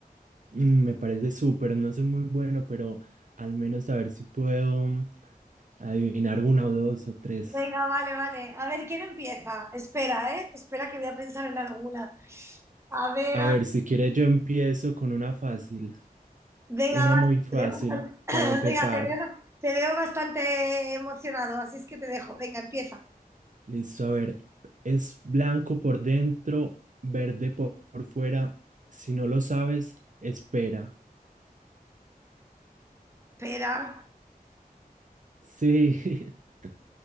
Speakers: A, on the right; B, on the right.
A: Mm, me parece súper, no soy muy bueno, pero al menos a ver si puedo mm, adivinar una o dos o tres.
B: Venga, vale, vale. A ver, ¿quién empieza? Espera, ¿eh? Espera que voy a pensar en alguna. A ver,
A: A
B: a-
A: ver, si quieres yo empiezo con una fácil,
B: venga,
A: una
B: vale.
A: muy fácil
B: Te veo bastante... <clears throat>
A: para empezar.
B: Venga, te veo, te veo bastante emocionado, así es que te dejo. Venga, empieza.
A: Listo, a ver, es blanco por dentro, verde por por fuera. Si no lo sabes, espera.
B: Espera.
A: Sí, <laughs>